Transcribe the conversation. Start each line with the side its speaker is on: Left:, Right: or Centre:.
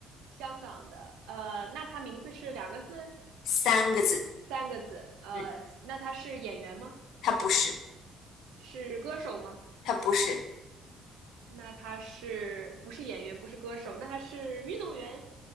Right: 香港的。呃，那他名字是两个字、
Left: 三个字。
Right: 三个字？呃，
Left: 嗯，
Right: 那他是演员吗？
Left: 他不是，
Right: 是歌手吗？
Left: 他不是，
Right: 那他是不是演员？不是歌手？那他是运动员？